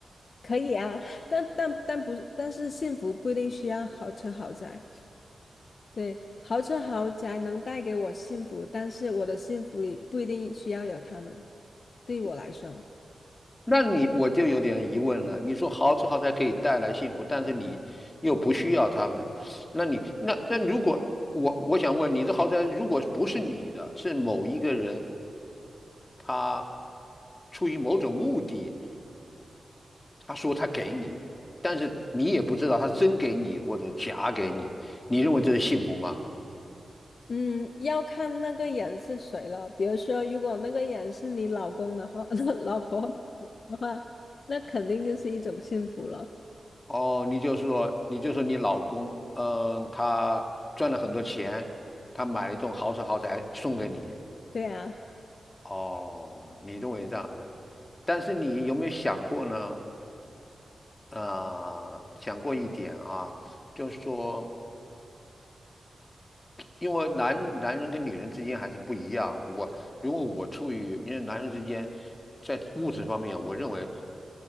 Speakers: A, on the left; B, on the left.
A: 可以啊，<laughs> 但但但不是，但是幸福不一定需要豪车豪宅。对，豪车豪宅能带给我幸福，但是我的幸福里不一定需要有他们。对于我来说。
B: 那你我就有点疑问了。你说豪车豪宅可以带来幸福，但是你又不需要他们，那你那那如果我我想问你，这豪宅如果不是你的，是某一个人他出于某种目的，他说他给你，但是你也不知道他真给你或者假给你，你认为这是幸福吗？
A: 嗯，要看那个人是谁了。比如说，如果那个人是你老公的话，<laughs> 老婆的话，那肯定就是一种幸福了。
B: 哦，你就说你就说你老公，嗯、他赚了很多钱，他买了一栋豪车豪宅送给你，
A: 对啊，
B: 哦，你认为这样子，但是你有没有想过呢？啊、想过一点啊，就是说，因为男男人跟女人之间还是不一样。我如果我处于，因为男人之间在物质方面，我认为